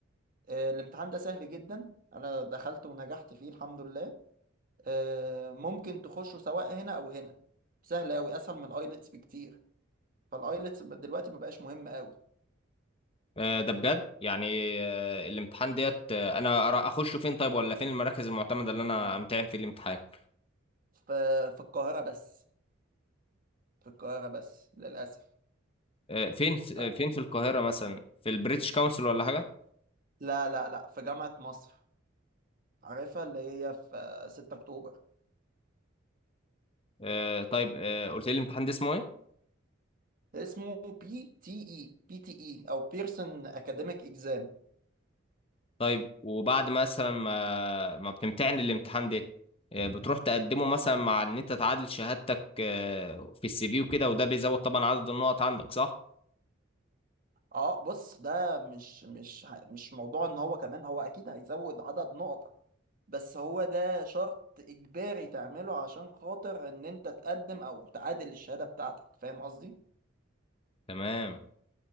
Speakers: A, on the right; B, on the left.
A: الامتحان ده سهل جدا أنا دخلت ونجحت فيه الحمد لله آه، ممكن تخشه سواء هنا او هنا سهل قوي اسهل من الايلتس بكتير فالايلتس دلوقتي ما بقاش مهم قوي
B: آه، ده بجد يعني آه، الامتحان ديت آه، انا أرا- اخشه فين طيب ولا فين المراكز المعتمدة اللي انا امتحن في الامتحان
A: ف- في القاهره بس في القاهره بس للاسف
B: آه، فين في-
A: ف-
B: آه، فين في القاهرة مثلا في البريتش كونسل ولا حاجة
A: لا لا لا في جامعه مصر عارفها اللي هي في آه، 6 اكتوبر
B: آه، طيب آه، قلت لي الامتحان ده اسمه ايه
A: اسمه بي تي اي بي تي اي او بيرسون اكاديميك اكزام
B: طيب وبعد مثلا ما ما بتمتحن الامتحان ده آه، بتروح تقدمه مثلا مع ان انت تعادل شهادتك آه، في السي في وكده وده بيزود طبعا عدد النقط عندك صح
A: اه بص ده مش مش مش موضوع ان هو كمان هو اكيد هيزود عدد نقط بس هو ده شرط إجباري تعمله عشان خاطر إن أنت تقدم أو تعادل الشهادة بتاعتك فاهم قصدي؟
B: تمام